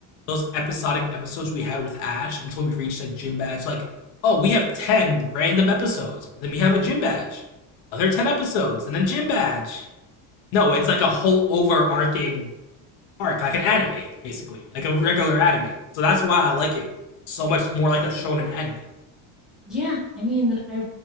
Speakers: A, on the left (about 75°); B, in the centre.
A: those episodic episodes we had with Ash until we reached that gym badge. Like, oh, we have 10 random episodes, then we have a gym badge, other 10 episodes, and then gym badge. No, it's like a whole overarching arc, like an anime, basically, like a regular anime. So that's why I like it so much more like a shonen anime,
B: yeah. I mean, I